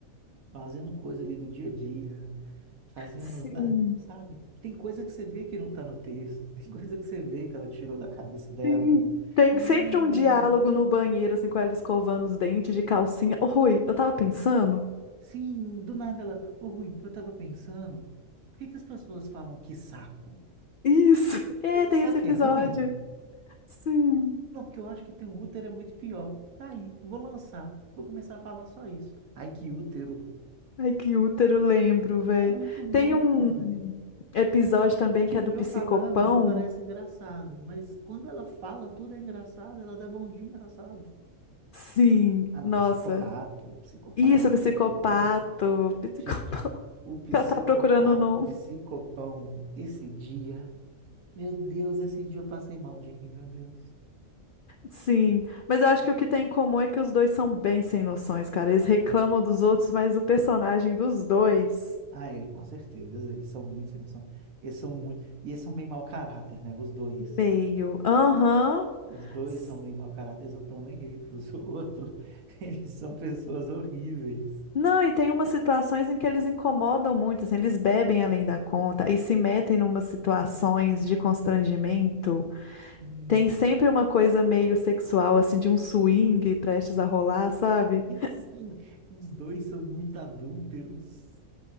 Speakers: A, on the right; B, on the left.
A: fazendo coisa ali do dia a dia, fazendo,
B: Sim.
A: ah, sabe? Tem coisa que você vê que não tá no texto, <laughs> tem coisa que você vê que ela tirou da cabeça dela.
B: Sim. Tem
A: E aí
B: sempre
A: é muito.
B: um diálogo no banheiro, assim, com ela escovando os dentes de calcinha. Ô, Rui, eu tava pensando.
A: Sim, do nada ela. Ô Rui, eu tava pensando, por que que as pessoas falam que saco?
B: Isso. <laughs> É,
A: Tem um
B: tem
A: saco
B: esse episódio.
A: é ruim?
B: Sim.
A: Não, porque eu acho que tem um útero é muito pior. Tá aí, vou lançar, vou começar a falar só isso. Ai, que útero.
B: Ai, que útero, lembro, velho.
A: É muito bom,
B: Tem um
A: velho.
B: episódio também
A: Tipo,
B: que é do psicopão.
A: eu falando não parece engraçado, mas quando ela fala tudo é engraçado, ela dá bom dia engraçado.
B: Sim,
A: Ah, não,
B: nossa.
A: psicopato, psicopato,
B: Isso, psicopato,
A: psicopão.
B: psicopão.
A: Gente,
B: <laughs>
A: o psicopato,
B: Ela tá procurando o nome.
A: psicopão, esse dia, meu Deus, esse dia eu passei mal de rir, meu Deus.
B: Sim, mas eu acho que o que tem em comum é que os dois são bem sem noções, cara. Eles reclamam dos outros, mas o personagem dos dois,
A: Ah, é, com certeza, eles são muito sem noção. Eles são muito, e eles são meio mau caráter, né, os dois.
B: meio. Aham.
A: Os dois
B: S-
A: são meio mau caráter, eles não estão nem aí para os outros. <laughs> Eles são pessoas horríveis.
B: Não, e tem umas situações em que eles incomodam muito, assim, eles bebem além da conta e se metem em numas situações de constrangimento.
A: Sim.
B: Tem sempre uma coisa meio sexual, assim, de um swing prestes a rolar, sabe?
A: E sim, os dois são muito adúlteros.